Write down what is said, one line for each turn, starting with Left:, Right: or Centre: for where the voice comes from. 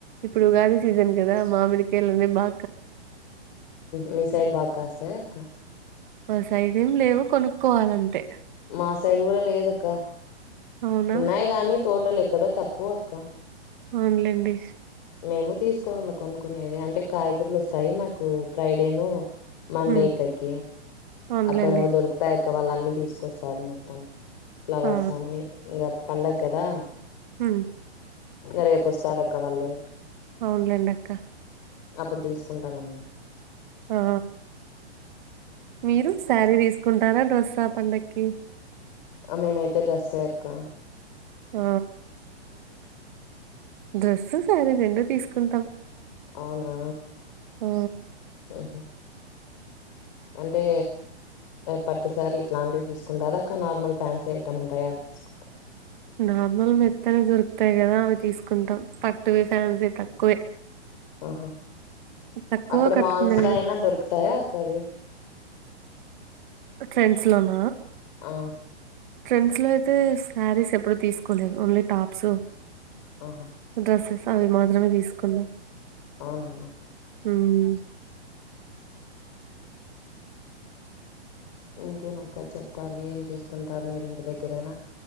Right: ఇప్పుడు ఉగాది సీజన్ క దా మామిడికాయల్ని బా
Left: మీ సైడ్ బాగా కాస్తాయ అక్కా
Right: సైదేం లేవు కొనుక్కోవాలంతే
Left: మా సైడ్ కూడా లేదక్క
Right: అవునా
Left: ఉన్నాయి గానీ తోటలు ఎక్కడో తక్కువ అక్క
Right: అవునులేండి
Left: మేము తీసుకోవాల కొనుకునేది అంటే కాయగూరలు వస్తాయి మాకు ఫ్రైడే ను మండే
Right: ఉమ్
Left: ఇక్కడికి
Right: అవునులేండి.
Left: అక్కడ దొరుకుతాయి ఇక వాళ్ళ అన్ని తీసుకొస్తారు మొత్తం ఫ్లవర్స్
Right: ఆ!
Left: అన్ని ఇంకా పండుగ కదా
Right: మ్మ్
Left: నరే పుస్త రక్క వళ్ళు
Right: అవునులేండక్క
Left: అప్పుడు తీసుకుంటామన్ని
Right: ఆ మీరు శారీ తీసుకుంట్ రారా దస పండక్కి
Left: ఆ మేమైతే డ్రెస్ ఎ అక్కా
Right: ఆ డ్రెస్సు సారీ రెండు తీసుకుంటాం
Left: అవునా
Right: ఆ
Left: మ్మ్ హ్మ్ అంటే పట్టుసారి ఇట్లాంటివి తీసుకుంటారా అక్క నార్మల్ ఫ్యాన్సీ ఐటెమ్ ఉంటాయా అవి తీసుకుంటార
Right: నార్మల్ మెత్తలు దొరుకుతాయి కదా అవి తీసుకుంటాం పట్టువి ఫ్యాన్స్ వి తక్కువే
Left: ఓహో
Right: తక్కువ
Left: అక్కడ
Right: కట్టుకునేది.
Left: మాల్స్ లో అయినా దొరుకుతాయా కర్రీ
Right: ట్రెండ్స్ లోన
Left: ఆ
Right: ట్రెండ్స్ లో అయితే శారీస్ ఎప్పుడు తీసుకోలేదు ఓన్లీ టాప్స్
Left: ఆహా
Right: డ్రెసెస్ అవి మాత్రమే తీసుకున్నా
Left: అవునా
Right: హమ్
Left: ఇంకేం అక్క చెప్పాలి ఏం చేస్తుంటారు మీరు ఇంటి దగ్గరేనా